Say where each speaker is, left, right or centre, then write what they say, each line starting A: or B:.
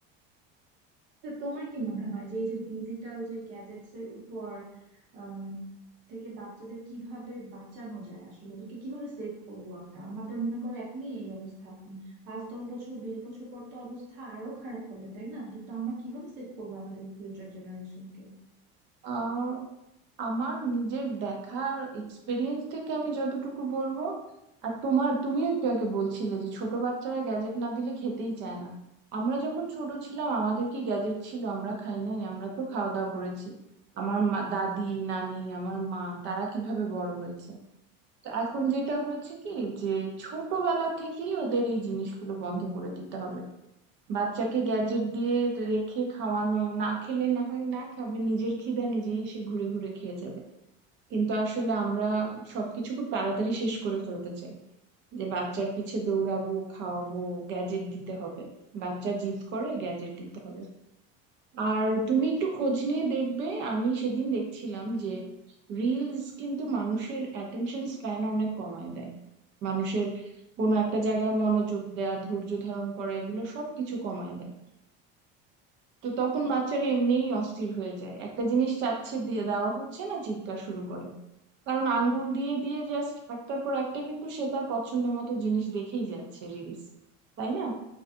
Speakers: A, on the right (about 55°); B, on the right (about 40°).
A: তো তোমার কি মনে হয় যে এই যে ডিজিটাল যে গ্যাজেটস এর উপর আম, থেকে বাচ্চাদের কিভাবে বাঁচানো যায় আসলে ওদেরকে কিভাবে সেভ করবো আমরা আমাদের মনে করো এখনই এই অবস্থা উম, পাঁচ দশ বছর বিশ বছর পর তো অবস্থা আরো খারাপ হবে তাই না তো তো আমরা কিভাবে সেভ করবো আমাদের ফিউচার জেনারেশনকে
B: আহ, আমার নিজের দেখা এক্সপিরিয়েন্স থেকে আমি যতটুকু বলবো আর তোমার তুমিও একটু আগে বলছিলে যে ছোট বাচ্চারা গ্যাজেট না দিলে খেতেই চায় না আমরা যখন ছোট ছিলাম আমাদের কি গ্যাজেট ছিল আমরা খাই নাই আমরা তো খাওয়া দাওয়া করেছি আমার মা দাদি নানি আমার মা তারা কিভাবে বড় হয়েছে তো এখন যেটা হয়েছে কি যে ছোটবেলা থেকেই ওদের এই জিনিসগুলো বন্ধ করে দিতে হবে বাচ্চাকে গ্যাজেট দিয়ে রেখে খাওয়ানো না খেলে না হয় না খাবে নিজের খিদা নিজেই সে ঘুরে ঘুরে খেয়ে যাবে কিন্তু আসলে আমরা সবকিছু খুব তাড়াতাড়ি শেষ করে ফেলতে চাই যে বাচ্চার পিছে দৌড়াবো খাওয়াবো গ্যাজেট দিতে হবে বাচ্চা জিদ করে গ্যাজেট দিতে হবে আর তুমি একটু খোঁজ নিয়ে দেখবে আমি সেদিন দেখছিলাম যে রিলস কিন্তু মানুষের অ্যাটেনশন স্প্যান অনেক কমায় দেয় মানুষের কোনো একটা জায়গায় মনোযোগ দেয়া ধৈর্য ধারণ করা এগুলো সবকিছু কমায় দেয় তো তখন বাচ্চারা এমনিই অস্থির হয়ে যায় একটা জিনিস চাচ্ছে দিয়ে দেওয়া হচ্ছে না চিৎকার শুরু করে কারণ আঙ্গুল দিয়ে দিয়ে জাস্ট একটার পর একটা কিন্তু সে তার পছন্দ মতো জিনিস দেখেই যাচ্ছে রিলস তাই না